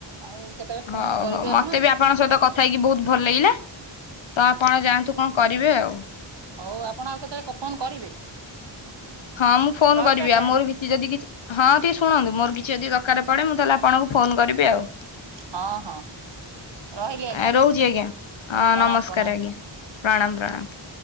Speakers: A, on the right (about 60°); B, on the left (about 70°).
A: ଆଉ କେତେବେଳେ ଫୋନ
B: ହଉ
A: ବି କରିବେ
B: ହଉ ମତେ
A: ଆପଣ।
B: ବି ଆପଣଙ୍କ ସହିତ କଥା ହେଇକି ବହୁତ ଭଲ ଲାଗିଲା ତ ଆପଣ ଯାଆନ୍ତୁ କଣ କରିବେ ଆଉ।
A: ହଉ ଆପଣ ଆଉ କେତେବେଳେ କ ଫୋନ କରିବେ?
B: ହଁ ମୁଁ ଫୋନ
A: ରହିଲି
B: କରିବି
A: ଆଜ୍ଞା
B: ଆ ମୋର ବି କିଛି ଯଦି କିଛି ହଁ ଟିକେ ଶୁଣନ୍ତୁ ମୋର କିଛି ଯଦି ଦରକାର ପଡେ ମୁଁ ତାହେଲେ ଆପଣଙ୍କୁ ଫୋନ କରିବି ଆଉ।
A: ହଁ ହଁ ରହିଲି ଆଜ୍ଞା
B: ଏ ରହୁଛି ଆଜ୍ଞା ଅଁ
A: ପ୍ରଣାମ
B: ନମସ୍କାର
A: ପ୍ରଣାମ।
B: ଆଜ୍ଞା। ପ୍ରାଣାମ, ପ୍ରାଣାମ।